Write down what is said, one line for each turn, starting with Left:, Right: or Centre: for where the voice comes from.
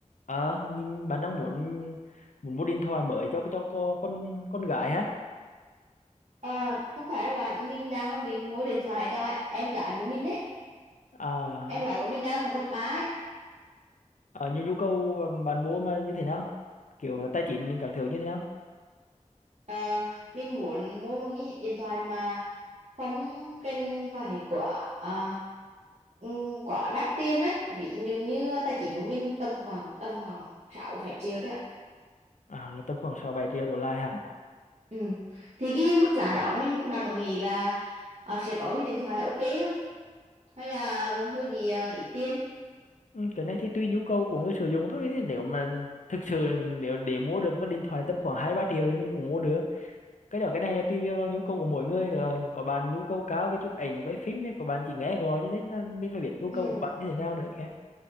Left: à nhìn bạn đang muốn muốn mua điện thoại mới cho cho con con con gái hả
Right: Ờ, không phải đâu bạn, mình đang còn định mua điện thoại cho em gái của mình ấy.
Left: à,
Right: Em gái của mình đang học cấp 3 ấy.
Left: à nhu nhu cầu bạn mua mà như thế nào kiểu là tài chính các thứ như thế nào
Right: Ờ, mình muốn mua một cái điện thoại mà không cần phải quá à, ừm, quá đắt tiền á. Ví dụ như tài chính của mình tầm khoảng tầm khoảng 6 7 triệu thôi ạ.
Left: à là tầm khoảng sáu bảy triệu đổ lại hả
Right: Ừ. Thì cái mức giá đó mình bạn có nghĩ là ờ, sẽ có cái điện thoại ok không? Hay là hơi bị ờ, ít tiền?
Left: ừ, cái này thì tùy nhu cầu của người sử dụng thôi nếu mà thực sự nếu để mua được một cái điện thoại tầm khoảng hai ba triệu thì mình cũng mua được cái đó cái này là tùy vào vào nhu cầu của mỗi người nữa có bạn nhu cầu cao về chụp ảnh quay phim có bạn chỉ nghe gọi cho nên là mình phải biết nhu cầu
Right: Ừ.
Left: của bạn như thế nào nữa kìa